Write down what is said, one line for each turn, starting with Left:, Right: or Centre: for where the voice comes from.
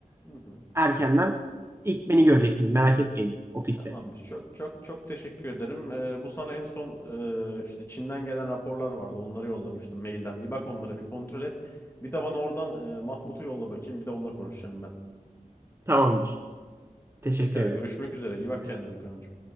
Left: Hı hı.
Right: erkenden ilk beni göreceksiniz. Merak etmeyin ofiste.
Left: Tamamdır. Çok çok çok teşekkür ederim. Ee, bu sana en son e, işte Çin'den gelen raporlar vardı. Onları yollamıştım mailden. Bir bak onlara bir kontrol et. Bir de bana oradan e, Mahmut'u yolla bakayım. Bir de onunla konuşacağım ben.
Right: Tamamdır. Teşekkür
Left: Pekala
Right: ederim.
Left: görüşmek üzere. İyi bak
Right: Görüşürüz.
Left: kendine Kaan'cığım.